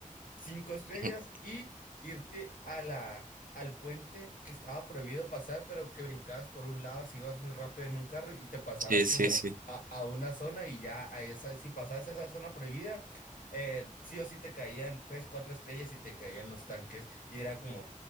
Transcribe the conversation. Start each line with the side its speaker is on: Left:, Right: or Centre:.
Left: cinco estrellas
Right: <laughs>
Left: y irte a la, al puente que estaba prohibido pasar, pero que brincabas por un lado si ibas muy rápido en un carro y te pasabas
Right: Sí,
Left: como
Right: sí, sí.
Left: a, a una zona y ya a esa, si pasabas a esa zona prohibida, eh, sí o sí te caían tres, cuatro estrellas y te caían los tanques y era como